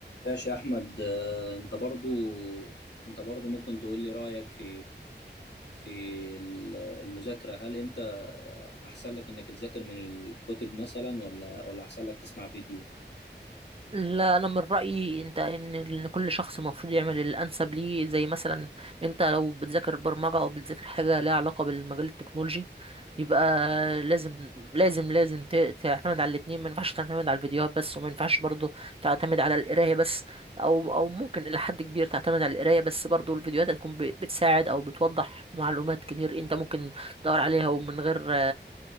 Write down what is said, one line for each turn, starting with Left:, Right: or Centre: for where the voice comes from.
Left: ماشي يا احمد آه، انت برضو انت برضو ممكن تقول لي رايك في في ال- المذاكره هل انت احسن لك انك تذاكر من الكتب مثلا ولا ولا احسن لك تسمع فيديو
Right: لا انا من رايي انت ان إن كل شخص المفروض يعمل الانسب ليه زي مثلا انت لو بتذاكر برمجه او بتذاكر حاجه ليها علاقه بالمجال التكنولوجي يبقى لازم لازم لازم ت- تعتمد على الاتنين ما ينفعش تعتمد على الفيديوهات بس وما ينفعش برضه تعتمد على القرايه بس او او ممكن الى حد كبير تعتمد على القرايه بس برضه الفيديوهات هتكون ب- بتساعد او بتوضح معلومات كتير انت ممكن تدور عليها ومن غير